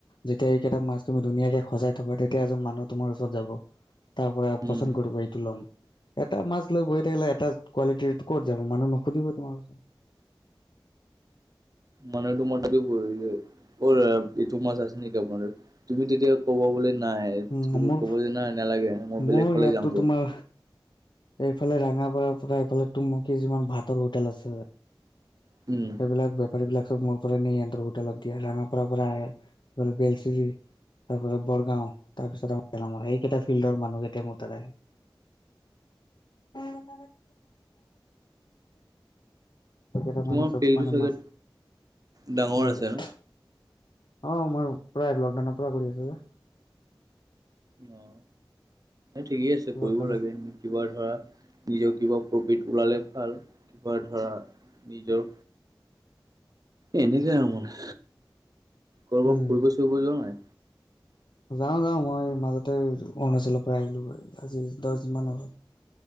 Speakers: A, on the left; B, on the right.
A: যেতিয়া এইকেইটা মাছ তুমি ধুনীয়াকে সজাই থকা তেতিয়া এজন মানুহ তোমাৰ ওচৰত যাব তাৰ পৰা
B: উম।
A: পচন্দ কৰিব এইটো লম এটা মাছ লৈ বহি থাকিলে এটা কোৱালিটিৰ ক'ত যাব মানুহ নুসুধিবই তোমাৰ ওচৰত
B: মানে এইটো মই তাকে কৰিম দেই অ দাদা ইটো মাছ আছে নেকি আপোনাৰ তাত তুমি তেতিয়া ক'ব গলে নাই
A: উম মোৰ
B: ক'ব যে নাই নালাগে মই
A: মোৰ
B: বেলেগ ফালে
A: ইয়াততো
B: যামগৈ
A: তোমাৰ এইফালে ৰঙাপাৰ পৰা এইফালে তুঙমুখি যিমান ভাতৰ হোটেল আছে
B: উম
A: সেইবিলাক বেপাৰী বিলাক চব মোৰ পৰা নি সিহঁতৰ হোটেলত দিয়া ৰাঙাপাৰা পৰা আহে, ইফালে। বেলশ্ৰিৰ তাৰপৰা বৰগাঁও তাৰপিছত আ গেলামৰা সেইকেইটা ফিল্ডৰ মানুহকেইটাই মোৰ তাত আহে <unintelligible> কি কি কৈছিলো? সেইকেইটা
B: তোমাৰ
A: মানুহ চব
B: ফিল্ডটো
A: মানে
B: চাগে
A: মাছ
B: ডাঙৰ
A: লৈ
B: আছে
A: যায়
B: ন
A: অ মই প্ৰায় লকডাউনৰ পৰা কৰি আছোঁ যে
B: অ এই ঠিকেই আছে কৰিব
A: লকডাউনৰ
B: লাগে। কিবা ধৰা নিজৰ কিবা প্ৰফিট ওলালে ভাল কিবা ধৰা নিজৰ এনেকে আৰু মানে কৰ'বাত
A: উম
B: ফুৰিব চুৰিব যোৱা নাই
A: যাওঁ যাওঁ মই মাজতে অৰুণাচলৰ পৰা আহিলোগৈ আজি দহ দিন মান হ'ল